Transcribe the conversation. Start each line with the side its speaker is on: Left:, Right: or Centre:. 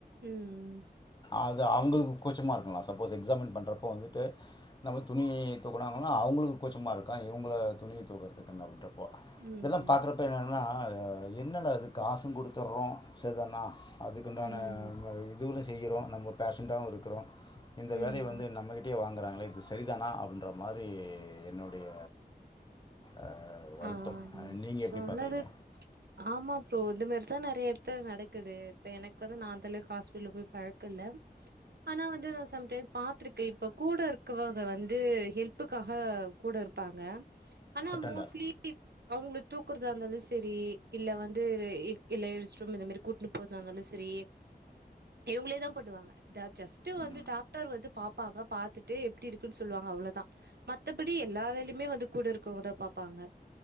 Right: ம் ம்
Left: அது அவங்களுக்கு கூச்சமாருக்கங்களாம் சப்போஸ் எக்ஸாமின் பண்ணுறப்போ வந்துட்டு நம்ம துணியை தூக்குனாங்குன்னா அவங்களுக்கு கூச்சமா இருக்கான் இவங்கள துணிய தூக்கறதுக்கு அப்டின்
Right: ம்
Left: இதெல்லாம் பாக்குறப்ப என்னா னா என்னடா அது காசும் கொடுத்துறோம் சரிதன்னா அதுக்குண்டான
Right: ம்
Left: இதுல செய்கிறோம் நம்ம பேஷண்டாவும் இருக்கிறோம் இந்த
Right: ம்.
Left: வேலைய வந்து நம்மகிட்டயே வாங்கறாங்களே சரிதானா அப்படின்ற மாரி என்னுடைய அ வருத்தம்.
Right: ஆஹ் நீங்
Left: நீங்க எப்படி
Right: சொன்னது
Left: பார்க்குறீங்க?
Right: ஆமா ஃப்ரோ இது மாரிதான் நிறைய எடத் த நடக்குது இப்ப எனக்கு வந்து நான் அந்தளவுக் ஹாஸ்பெடல் போய் பழக்க இல்ல ஆனா வந்து நான் சம்டைம் பாத்திருக்கேன் இப்ப கூட இருக்கவுக வந்து ஹெல்ப்புக்காக கூட இருப்பாங்க ஆனா
Left: அட்டெண்டர்.
Right: மோஸ் அவங்க தூக்குறதா இருந்தாலும் சரி இல்ல வந்து இல்ல ரெஸ்ட்ரும் இந்த மாரி கூட்டுன்னு போறதாந்தாலும் சரி இவங்களே தா பன்னுவாங்க தா ஜஸ்ட்டு
Left: ம்.
Right: வந்து டாக்டர் வந்து பாப்பாங்க பாத்துட்டு எ ப்டி இருக்குன்னு சொல்லுவாங்க அவ்ளோதான் மத்தபடி எல்லா வேலையுமே வந்து கூட இருக்கவங்கத பாப்பாங்க